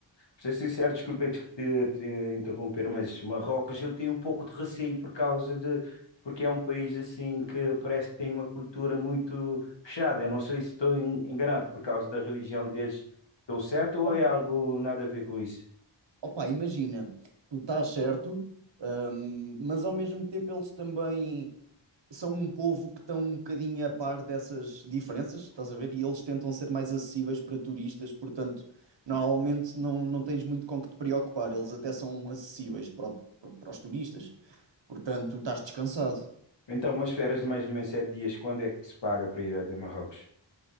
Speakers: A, on the left; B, on the right.
A: para ser sincero, desculpa te, te- te interromper, mas Marrocos eu tenho um pouco de receio por causa de, porque é um país assim que parece que tem uma cultura muito fechada. Eu não sei se estou en- enganado por causa da religião deles. Estou certo ou
B: op-
A: é algo nada a ver com isso?
B: opá, imagina, tu estás certo, ahm, mas ao mesmo tempo eles também. são um povo que estão um bocadinho a par dessas diferenças, estás a ver? E eles tentam ser mais acessíveis para turistas, portanto, normalmente não, não tens muito com que te preocupar, eles até são acessíveis para, o- para, para os turistas, portanto, estás descansado.
A: Então, umas férias de mais ou menos sete dias, quando é que se paga para ir até Marrocos?